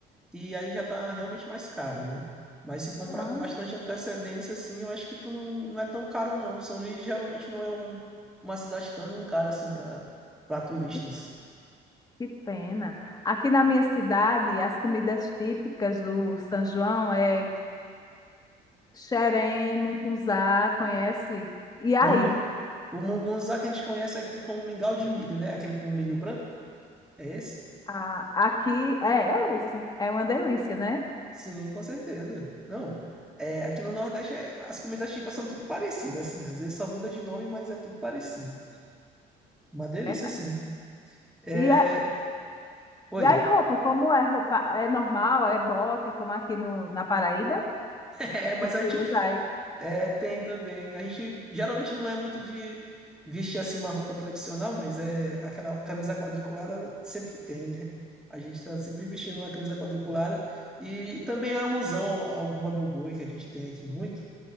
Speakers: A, in the centre; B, on the left.
A: e aí já tá realmente mais caro, né? Mas se comprar
B: Ah,
A: com bastante antecedência, assim, eu acho que tu não, não é tão caro, não. São Luís geralmente não é um, uma cidade tão cara assim pra para turistas.
B: que, que pena. Aqui na minha cidade, as comidas típicas do São João é xerém, mungunzá, conhece? E aí,
A: Mungu, o mungunzá que a gente conhece aqui como mingau de milho, né? Aquele com milho branco? É esse?
B: Ah, aqui é, é esse. É uma delícia, né?
A: Sim, com certeza. Não. É, aqui no Nordeste é- as comidas típicas são tudo parecidas, assim. Às vezes só muda de nome, mas é tudo parecido. Uma delícia,
B: É, tá.
A: assim. É...
B: E, a,
A: Oi.
B: e aí, roupa,
A: <laughs>
B: como é roupa? É normal? É bota, como aqui no, na Paraíba?
A: É, mas
B: Que se
A: a gente
B: usa aí?
A: É, tem também. A gente geralmente não é muito de vestir assim uma roupa tradicional, mas é aquela camisa quadriculada sempre tem, né? A gente está sempre vestindo uma camisa quadriculada e também a alusão ao, ao Bumba Meu Boi que a gente tem aqui muito.